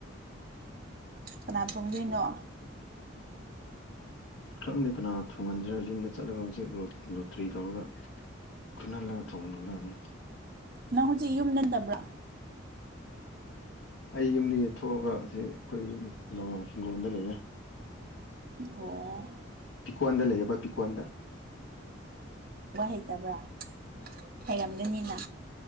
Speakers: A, on the right; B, on the left.
A: ꯀꯅꯥ ꯊꯣꯡꯗꯨꯏꯅꯣ
B: ꯈꯪꯗꯦ ꯀꯅꯥ ꯊꯣꯡꯍꯟꯖꯤꯔ ꯌꯨꯝꯗ ꯆꯠꯂꯒ ꯍꯧꯖꯤꯛ ꯂꯣꯠ ꯂꯣꯇ꯭ꯔꯤ ꯇꯧꯔꯒ ꯈꯠꯅꯍꯜꯂꯒ ꯊꯣꯡꯍꯟꯒꯗꯕꯅꯦ
A: ꯅꯪ ꯍꯧꯖꯤꯛ ꯌꯨꯝꯗ ꯅꯠꯇꯕ꯭ꯔꯥ
B: ꯑꯩ ꯌꯨꯝꯗꯒꯤꯗꯒꯤ ꯊꯣꯛꯑꯒ ꯑꯁꯤ ꯑꯩꯈꯣꯏ ꯌꯨꯝ ꯀꯩꯅꯣ ꯍꯤꯡꯒꯣꯜꯗ ꯂꯩꯔꯦ
A: ꯑꯣ
B: ꯄꯤꯛꯀꯣꯟꯗ ꯂꯩꯌꯦꯕ ꯄꯤꯛꯀꯣꯟꯗ
A: ꯋꯥ ꯍꯩꯇꯕ꯭ꯔꯥ ꯍꯩꯔꯝꯒꯅꯤꯅ